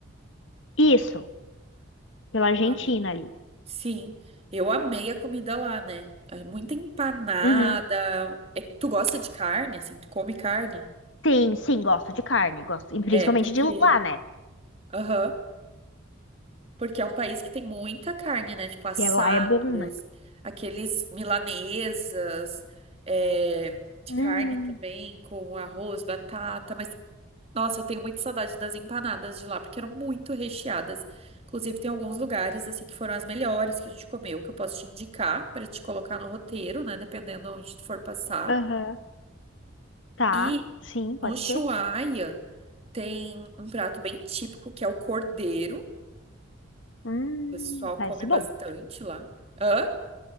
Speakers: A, on the left; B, on the right.
A: isso, pela Argentina
B: Ai,
A: ali.
B: sim. Eu amei a comida lá, né? É muita empanada.
A: Uhum.
B: É, tu gosta de carne, assim? Tu come carne?
A: Sim, sim, gosto de carne, gosto, e principalmente
B: É, porque...
A: de lá, né?
B: Aham. Porque é um país que tem muita carne, né? Tipo, assados,
A: Que é lá é bom, né?
B: aqueles milanesas, é, de
A: Hum,
B: carne também, com arroz, batata, mas Nossa, eu tenho muita saudade das empanadas de lá, porque eram muito recheadas. Inclusive, tem alguns lugares, assim, que foram as melhores que a gente comeu, que eu posso te indicar para te colocar no roteiro, né? Dependendo onde tu for passar.
A: aham. Tá,
B: E
A: sim,
B: no
A: pode
B: Ushuaia
A: ser.
B: tem um prato bem típico, que é o cordeiro.
A: Hum,
B: O pessoal
A: Parece
B: come bastante
A: bom.
B: lá. Hã?